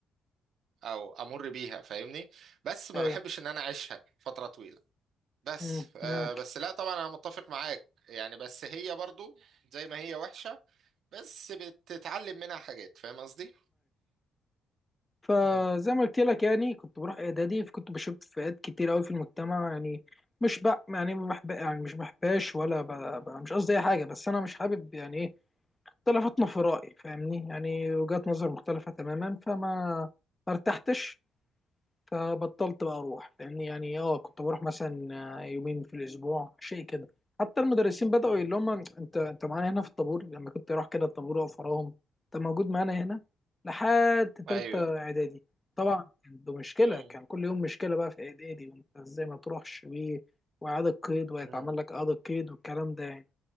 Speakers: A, on the right; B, on the left.
A: او امر بيها فاهمني بس ما
B: أيوه
A: بحبش ان انا اعيشها فتره طويله بس
B: أمم،
A: آه
B: معاك
A: بس لا طبعا انا متفق معاك يعني بس هي برضو زي ما هي وحشه بس بتتعلم منها حاجات فاهم قصدي
B: فزي
A: مم.
B: ما قلت لك يعني كنت بروح اعدادي فكنت بشوف فئات كتير قوي في المجتمع يعني مش بق يعني ما بحب يعني مش بحباش ولا ب... ب... مش قصدي اي حاجه بس انا مش حابب يعني ايه اختلافاتنا في رايي فاهمني يعني وجهات نظر مختلفه تماما فما ارتحتش فبطلت بقى اروح فاهمني يعني اه كنت بروح مثلا آه، يومين في الاسبوع شيء كده حتى المدرسين بدأوا
A: مم.
B: يقولوا لهم انت انت معانا هنا في الطابور لما كنت اروح كده الطابور واقف وراهم انت موجود معانا هنا لحد تالتة
A: ايوه
B: اعدادي طبعا كان ده مشكلة
A: مم.
B: كان كل يوم مشكلة بقى في اعدادي وانت ازاي ما تروحش و- واعادة قيد ويتعمل
A: مم.
B: لك اعادة قيد والكلام ده يعني.